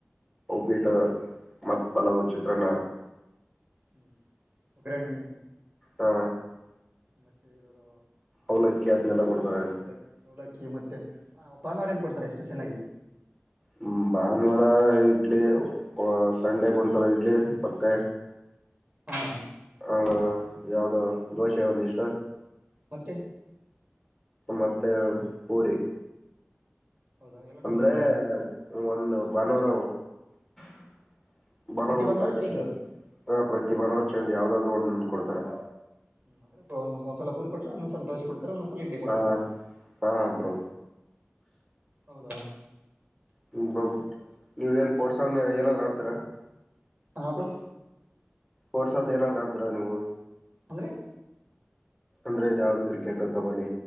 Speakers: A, in the centre; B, on the right.
A: ಪಿಟ ಮತ್ತ ಪಲವು ಚಿತ್ರಣ
B: ಹ್ಮ ಉಗ್ರಣ
A: ಹ
B: ಮತ್ತೆ ಇರೋದ
A: ಅವಲಕ್ಕಿ ಅದನ್ನೆಲ್ಲ ಕೊಡ್ತಾರೆ
B: ಅವಲಕ್ಕಿ ಅವಲಕ್ಕಿ ಮತ್ತೆ ಹಾ ಭಾನುವಾರ ಏನ್ ಕೊಡ್ತಾರೆ ಸ್ಪೆಷಲ್ ಆಗಿ
A: ಹ್ಮ ಭಾನುವಾರ ಇಡ್ಲಿ ಸಂಡಗ ಒಂದ್ಸಲ ಇಡ್ಲಿ ಮತ್ತೆ
B: ಹ್ಮ
A: ಹಂಗ ಯಾವ್ದೋ ದೋಸೆ ಯಂದು ಇಷ್ಟ
B: ಮತ್ತೆ
A: ಮತ್ತೆ ಪೂರಿ
B: ಹೌದಾ ಎಲ್ಲ ಕೊಡ್ತಾರೆ
A: ಅಂದ್ರೆ
B: ಹಂಗಾದ್ರೆ
A: ಒಂದು ಬಾನುವಾರ <inaudible> ಬನೋ
B: ಪ್ರತಿ
A: ಒ್
B: ಭಾನುವಾರ
A: ಟೈಮ್
B: ಚೇಂಜ್
A: ಅಷ್ಟೇ ಹ ಪ್ರತಿ ಬನವ ಚೇಂಜ್ ಯಾವ್ದಾದ್ರು ಒ ಕೊಡ್ತಾರೆ
B: ಹ್ಮ ಅ್ರ ಒಂದ್ಸಲ ಪರಿ ಕೊ್ರ ಒಂದ್ಸಲ ದೋೆ ಕೊಡ್ತಾರೆ ಒಂದು ಲ ಇಡ್ಡಿ ಕೊಡ್ತವೆ
A: ಹ ಹಾ ಬ್ರೋ
B: ಹೌದಾ
A: ಹ್ಞ ನೀವು ಏನು ಪಫೋರ್ಟ್ಸನ ಏನಾದರೂ ಆಡ್ತೀರಾ
B: ಹಾ ಬ್ರೋ
A: ಹೊೋರ್ಸದ ಏನಾದ್ರು ಆಡ್ತ್ರಾ ನೀವು
B: ಅಂದ್ರೀ
A: ಅಂದ್ರೆ ಇದದ ಯಾವ್ದು ಕ್ರಿಕೆಟ್ ಕಬಡ್ಡಿ